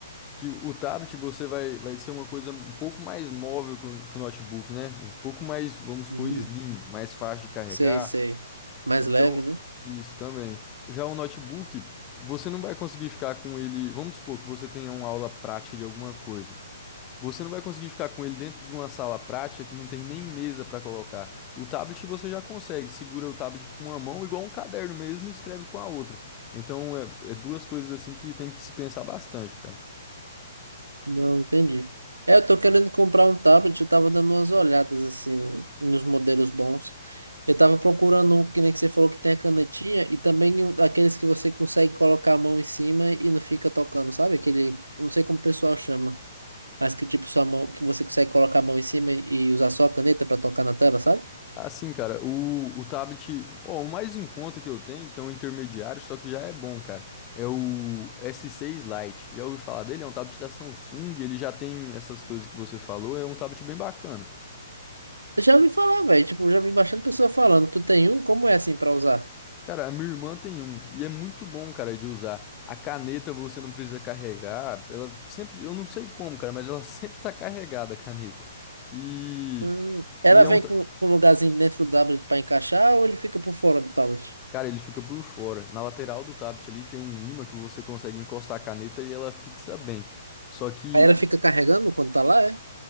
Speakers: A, on the left; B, on the right.
A: Que o tablet você vai, vai ser uma coisa um pouco mais móvel que o que o notebook, né? Um pouco mais, vamos supor,
B: uhum.
A: slim, mais fácil de carregar
B: Sei, sei. Mais
A: Então,
B: leve, né?
A: isso também. Já o notebook, você não vai conseguir ficar com ele. Vamos supor que você tenha uma aula prática de alguma coisa. Você não vai conseguir ficar com ele dentro de uma sala prática que não tem nem mesa para colocar. O tablet você já consegue, segura o tablet com uma mão, igual um caderno mesmo, e escreve com a outra. Então, é, é duas coisas assim que tem que se pensar bastante, cara.
B: Não, entendi. É, eu tô querendo comprar um tablet, eu tava dando umas olhadas assim no- nos modelos bons. Eu tava procurando um que nem que você falou que tem a canetinha e também um daqueles que você consegue colocar a mão em cima e não fica tocando, sabe? Aquele, eu não sei como o pessoal chama. mas que tipo sua mão, que você consegue colocar a mão em cima e usar só a caneta pra tocar na tela, sabe?
A: Assim, cara, o, o tablet, ó, o mais em conta que eu tenho, que é um intermediário, só que já é bom, cara, é o S6 Lite. Já ouvi falar dele? É um tablet da Samsung, ele já tem essas coisas que você falou, é um tablet bem bacana.
B: Eu já ouvi falar, velho, tipo, já vi bastante pessoa falando. Tu tem um? Como é assim pra usar?
A: Cara, a minha irmã tem um, e é muito bom, cara, de usar. A caneta você não precisa carregar, ela sempre, eu não sei como, cara, mas ela <laughs> sempre tá carregada a caneta. E,
B: Hum,
A: e
B: ela
A: é
B: vem
A: um, ta-
B: com, com um lugarzinho dentro do tablet pra encaixar ou ele fica por fora do tablet?
A: Cara, ele fica por fora. Na lateral do tablet ali tem um ímã que você consegue encostar a caneta e ela fixa bem. Só que,
B: Aí ela
A: o-
B: fica carregando quando tá lá, é?